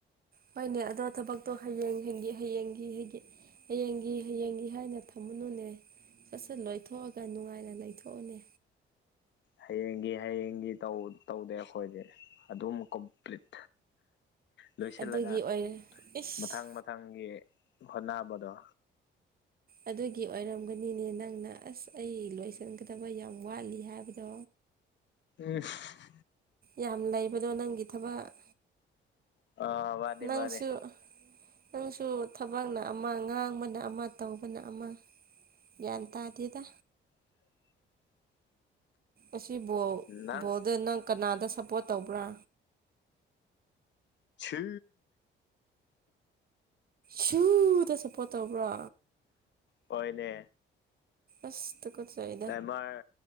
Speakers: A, on the right; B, on the left.
A: ꯍꯣꯏꯅꯦ ꯑꯗꯣ ꯊꯕꯛꯇꯣ ꯍꯌꯦꯡ ꯍꯦꯟꯒꯤ ꯍꯌꯦꯡꯒꯤ ꯍꯦꯒꯤ ꯍꯌꯦꯡꯒꯤ ꯍꯌꯦꯡꯒꯤ ꯍꯥꯏꯅ ꯊꯝꯃꯨꯅꯨꯅꯦ ꯁꯠ ꯁꯠ ꯂꯣꯏꯊꯣꯛꯑꯒ ꯅꯨꯡꯉꯥꯏꯅ ꯂꯩꯊꯣꯛꯎꯅꯦ
B: ꯍꯌꯦꯡꯒꯤ ꯍꯌꯦꯡꯒꯤ ꯇꯧ ꯇꯧꯗꯦ ꯑꯈꯣꯏꯗꯤ ꯑꯗꯨꯝ ꯀꯝꯄ꯭ꯂꯤꯠ ꯂꯣꯏꯁꯤꯜꯂꯒ
A: ꯑꯗꯨꯒꯤ ꯑꯣꯏꯔꯦ ꯏꯁ
B: ꯃꯊꯪ ꯃꯊꯪꯒꯤ ꯍꯣꯠꯅꯕꯗꯣ
A: ꯑꯗꯨꯒꯤ ꯑꯣꯏꯔꯝꯒꯅꯤꯅꯦ ꯅꯪꯅ ꯑꯁ ꯑꯩ ꯂꯣꯏꯁꯤꯟꯒꯗꯕ ꯌꯥꯝ ꯋꯥꯠꯂꯤ ꯍꯥꯏꯕꯗꯣ
B: ꯎꯝ
A: ꯌꯥꯝ ꯂꯩꯕꯗꯣ ꯅꯪꯒꯤ ꯊꯕꯛ
B: ꯑꯥ ꯃꯥꯅꯤ
A: ꯅꯪꯁꯨ
B: ꯃꯥꯅꯤ
A: ꯅꯪꯁꯨ ꯊꯕꯛꯅ ꯑꯃ ꯉꯥꯡꯕꯅ ꯑꯃ ꯇꯧꯕꯅ ꯑꯃ ꯒ꯭ꯌꯥꯟ ꯇꯥꯗꯦꯗ
B: <inaudible>
A: ꯑꯁꯤꯕꯨ
B: ꯅꯪ
A: ꯕꯣꯜꯗ ꯅꯪ ꯀꯅꯥꯗ ꯁꯞꯄꯣꯔꯠ ꯇꯧꯕ꯭ꯔꯥ
B: ꯁꯨ
A: ꯁꯨ ꯗ ꯁꯞꯄꯣꯔꯠ ꯇꯧꯕ꯭ꯔꯥ
B: ꯍꯣꯏꯅꯦ
A: ꯢꯁ ꯇꯨꯀꯠꯆꯩ
B: ꯅꯦꯃꯥꯔ